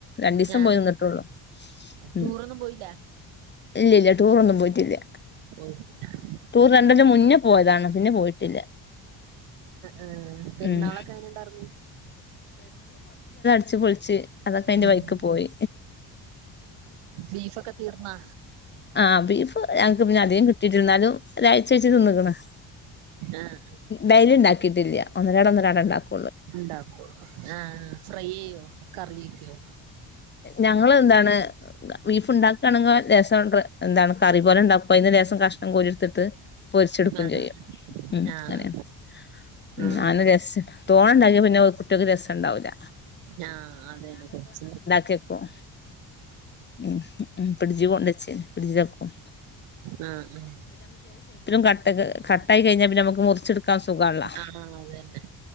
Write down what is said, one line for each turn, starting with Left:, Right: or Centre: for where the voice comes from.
Left: രണ്ടിസം
Right: ഞാ
Left: പോയി നിന്നിട്ടുള്ളു
Right: ടൂറൊന്നും
Left: ഉം
Right: പോയില്ല
Left: ഇല്ലില്ല ടൂർ ഒന്നും പോയിട്ടില്ല
Right: ആഹ്
Left: ടൂർ രണ്ടൊല്ലം മുന്നേ പോയതാണ് പിന്നെ പോയിട്ടില്ല
Right: ആഹ് പെരുന്നാളൊക്കെ
Left: ഉം
Right: എങ്ങനെണ്ടാരുന്നു
Left: ച്ച് പൊളിച്ച് അതൊക്കെ അയിന്റെ
Right: ഉം
Left: വഴിക്ക് പോയി
Right: ബീഫൊക്കെ തീർന്നാ
Left: ആഹ് ബീഫ് ഞങ്ങക്ക് പിന്നെ അധികം കിട്ടിട്ടിണ്ടാരുന്നു ഒരാഴ്ച്ച ച്ച് തിന്നക്ക്ണ്
Right: ആഹ്
Left: ഡയ്ലി ഉണ്ടാ കിട്ടില്ല ഒന്നരാടം ഒന്നരാടം ണ്ടാക്കും
Right: ഉണ്ടാക്കോ ആഹ് ഫ്രൈ ചെയ്യോ കറിയൊക്കുവോ
Left: ഞങ്ങള് ന്താണ് ബീഫ് ഉണ്ടാക്കണെങ്കിൽ ലെസം എന്താണ് കറി പോലെ ണ്ടാക്കുംഅയിന്ന് ലെസം കഷ്ണം കോരി എടുത്തിട്ട് പൊരിച്ചെടുക്കും
Right: ആഹ്
Left: ചെയ്യും ഉം
Right: ആഹ്
Left: അങ്ങനെയാ ഉം
Right: ആഹ്
Left: നല്ല ടെസ്റ്റ്‌ണ്ടാ തോണെണ്ടങ്കിൽ പിന്നെ കുട്ടികൾക്ക് രസണ്ടാവൂല
Right: ആ അതന്നെ കുറച്ച്ഇങ്ങട്ട്
Left: കേക്കും ഉം ഉം ഫ്രിഡ്ജി കൊണ്ടേ ച്ച് ഫ്രിഡ്ജ് വെക്കും
Right: ആ ആ
Left: കട്ട കട്ടായി കയിഞ്ഞാ നമുക്ക് മുറിച്ചെടുക്കാസു സുഖണല്ലോ
Right: ആഹ് അതന്നെ